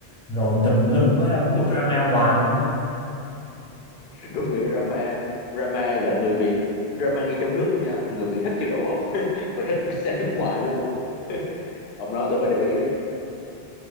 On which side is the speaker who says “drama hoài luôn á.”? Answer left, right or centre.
Centre